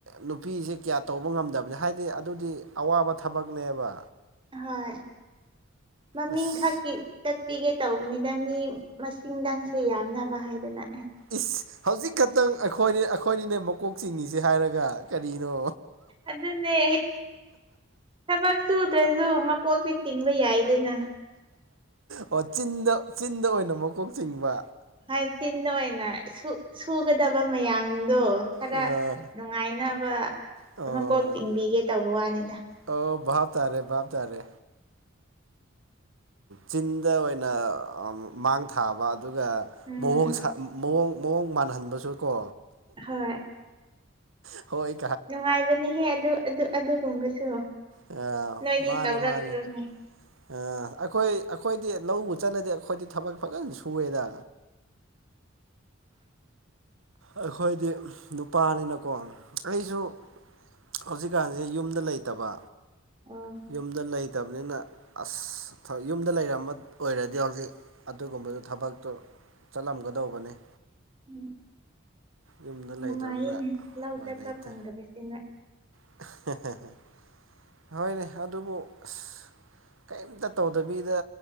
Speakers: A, on the right; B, on the right.
A: ꯅꯨꯄꯤꯁꯦ ꯀꯌꯥ ꯇꯧꯕ ꯉꯝꯗꯕꯅꯤ ꯍꯥꯏꯗꯤ ꯑꯗꯨꯗꯤ ꯑꯋꯥꯕ ꯊꯕꯛꯅꯦꯕ
B: ꯍꯥꯢ ꯃꯃꯤꯡ
A: ꯑꯁ
B: ꯈꯛꯀꯤ ꯆꯠꯄꯤꯒꯦ ꯇꯧꯕꯅꯤꯗ ꯃꯤ ꯃꯁꯤꯡꯗꯪꯁꯨ ꯌꯥꯝꯅꯕ ꯍꯥꯏꯗꯅ
A: ꯏꯁ ꯍꯧꯖꯤꯛ ꯈꯛꯇꯪ ꯑꯩꯈꯣꯏ ꯑꯩꯈꯣꯏꯅꯤꯅꯦ ꯃꯀꯣꯛ ꯆꯤꯡꯉꯤꯁꯦ ꯍꯥꯏꯔꯒ ꯀꯔꯤꯅꯣ
B: ꯑꯗꯨꯅꯦ ꯊꯕꯛ <unintelligible> ꯁꯨꯗ꯭ꯔꯁꯨ ꯃꯀꯣꯛꯇꯤ ꯆꯤꯡꯕ ꯌꯥꯏꯗꯅ
A: ꯑꯣ ꯆꯤꯟꯗ ꯆꯤꯟꯗ ꯑꯣꯏꯅ ꯃꯀꯣꯛ ꯆꯤꯡꯕ
B: ꯍꯣꯢ ꯆꯤꯟꯗ ꯑꯣꯢꯅ ꯁꯨꯒꯗꯕ ꯃꯌꯥꯝꯗꯣ ꯈꯔ
A: ꯑ
B: ꯅꯨꯡꯉꯥꯏꯅꯕ
A: ꯑꯣ
B: ꯑꯃ ꯀꯣꯛ ꯆꯤꯡꯕꯤꯒꯦ ꯇꯧꯕ ꯋꯥꯅꯤꯗ
A: ꯑꯣ ꯚꯥꯞ ꯇꯥꯔꯦ ꯚꯥꯞ ꯇꯥꯔꯦ ꯆꯤꯟꯗ ꯑꯣꯏꯅ ꯑꯝ ꯃꯥꯡ ꯊꯥꯕ ꯑꯗꯨꯒ
B: ꯎꯝ
A: ꯃꯑꯣꯡ ꯃꯑꯣꯡ ꯃꯑꯣꯡ ꯃꯥꯟꯍꯟꯕꯁꯨ ꯀꯣ
B: ꯍꯣꯏ
A: <unintelligible> ꯍꯣꯏ꯫
B: ꯅꯨꯡꯉꯥꯏꯕꯅꯤꯍꯦ ꯑꯗꯨ ꯑꯗꯨꯒꯨꯝꯕꯁꯨ
A: ꯑ
B: ꯅꯣꯏꯗꯤ
A: ꯃꯥꯅꯦ
B: ꯇꯧꯔꯛꯇ꯭ꯔꯣꯅꯦ
A: ꯃꯥꯅꯦ ꯑ ꯑꯩꯈꯣꯏ ꯑꯩꯈꯣꯏꯗꯤ ꯂꯧꯕꯨ ꯆꯠꯂꯗꯤ ꯑꯩꯈꯣꯏꯗꯤ ꯊꯕꯛ ꯐꯖꯅ ꯁꯨꯑꯦꯗ ꯑꯩꯈꯣꯏꯗꯤ ꯅꯨꯄꯥꯅꯤꯅꯀꯣ ꯑꯩꯁꯨ ꯍꯧꯖꯤꯛꯀꯥꯟꯁꯦ ꯌꯨꯝꯗ ꯂꯩꯇꯕ
B: ꯑꯣ
A: ꯌꯨꯝꯗ ꯂꯩꯇꯕꯅꯤꯅ ꯑꯁ ꯌꯨꯝꯗ ꯂꯩꯔꯝꯕ ꯑꯣꯏꯔꯗꯤ ꯍꯧꯖꯤꯛ ꯑꯗꯨꯒꯨꯝꯕꯗꯨ ꯊꯕꯛꯇꯨ ꯆꯠꯂꯝꯒꯗꯧꯕꯅꯤ
B: ꯎꯝ
A: ꯌꯨꯝꯗ
B: ꯅꯨꯡꯉꯥꯏꯌꯦ
A: ꯂꯩꯇꯕꯅꯤꯅ
B: ꯂꯧ
A: ꯎꯄꯥꯏ
B: ꯆꯠꯄ
A: ꯂꯩꯇꯦ
B: ꯐꯪꯗꯕꯁꯤ ꯅ
A: <unintelligible> ꯍꯣꯏꯅꯦ ꯑꯗꯨꯕꯨ ꯑꯁ ꯀꯩꯝꯇ ꯇꯧꯗꯕꯤꯗ